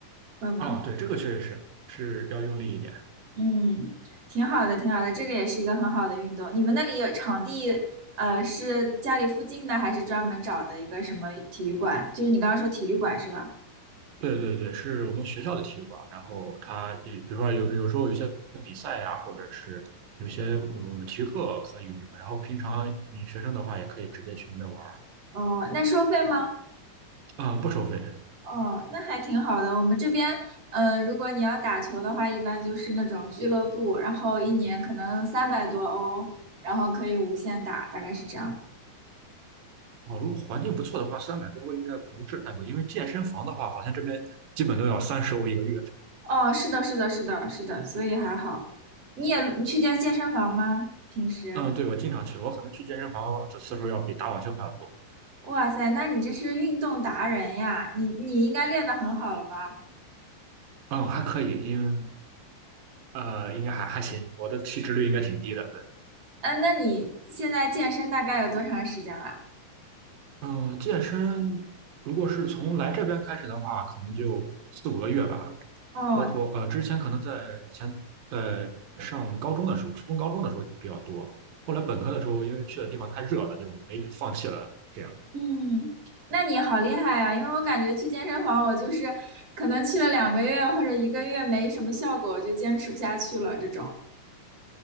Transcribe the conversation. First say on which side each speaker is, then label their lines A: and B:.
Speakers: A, on the right; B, on the right.
A: 会吗？
B: 啊、对，这个确实是是要用力一点。
A: 嗯，挺好的，挺好的，这个也是一个很好的运动。你们那里有场地，呃，是家里附近的，还是专门找的一个什么体育馆？就是你刚刚说体育馆是吧？
B: 对对对，是我们学校的体育馆。然后它，比比如说有有时候有些比赛呀、或者是有些嗯体育课可以用这个。然后平常你学生的话，也可以直接去那边玩
A: 哦，那收费吗？
B: 儿啊、不收费。
A: 哦，那还挺好的。我们这边，嗯，如果你要打球的话，一般就是那种俱乐部，然后一年可能三百多欧，然后可以无限打，大概是这样。
B: 哦，如果环境不错的话，三百多欧应该不是太贵，因为健身房的话，好像这边基本都要三十欧一个月。
A: 哦，是的，是的，是的，是的，所以还好。你也，你去健健身房吗？平时？
B: 嗯，对，我经常去，我可能去健身房的次数要比打网球还要多。
A: 哇塞，那你这是运动达人呀！你你应该练得很好了吧？
B: 嗯，还可以，因呃应该还还行，我的体脂率应该挺低的。
A: 嗯、那你现在健身大概有多长时间了？
B: 呃，健身如果是从来这边开始的话，可能就四五个月吧。
A: 哦，
B: 包括呃，之前可能在以前在上高中的时候，初中高中的时候比较多。后来本科的时候，因为去的地方太热了，就没放弃了。这样
A: 嗯，那你好厉害呀！因为我感觉去健身房，我就是可能去了两个月或者一个月没什么效果，我就坚持不下去了。这种，